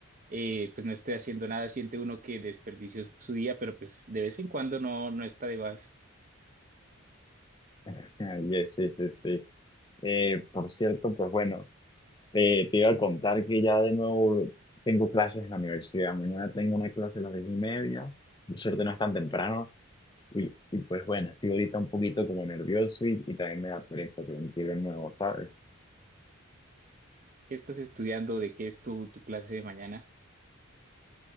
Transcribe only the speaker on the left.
<laughs> Yes, sí, sí, sí. Eh, por cierto, pues bueno. Te, te iba a contar que ya de nuevo tengo clases en la universidad. Mañana tengo una clase a las diez y media. Por suerte no es tan temprano. Y, y pues bueno, estoy ahorita un poquito como nervioso y, y también me da pereza tener que ir de nuevo, ¿sabes?